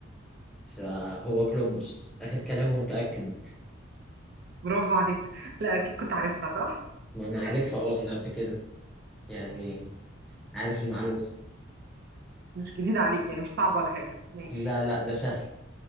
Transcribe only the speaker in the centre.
فهو كولومبوس آخر كلامه متأكد
ما أنا عارفها أه من قبل كده يعني عارف المعلومة
لا لا ده سهل